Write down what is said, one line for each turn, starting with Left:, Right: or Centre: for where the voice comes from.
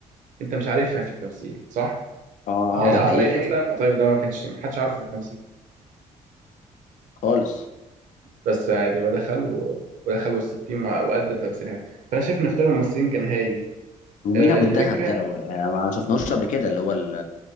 Right: انت مش عارفها في التمثيل صح
Left: اه
Right: يعني
Left: اه دي
Right: قطايف
Left: حقيقه
Right: مثلا قطايف ده ما كانش ما حدش عارفه في التمثيل
Left: خالص
Right: بس عادي هو دخل و... ودخل وسط التيم وع- وأدى تمثيل حلو فأنا شايف إن اختيار الممثلين كان هايل
Left: ومين
Right: آه،
Left: ابو
Right: مم.
Left: الدهب
Right: الفكرة
Left: ده لو آه، ما شفناهوش قبل كده اللي هو ال-